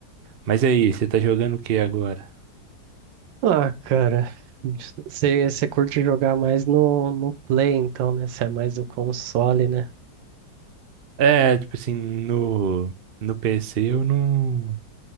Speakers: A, on the right; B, on the right.
A: Mas e aí, você tá jogando o que agora?
B: Ah, cara. Você curte jogar mais no, no Play, então, né? Você é mais do console, né?
A: É, tipo assim, no, no PC eu não,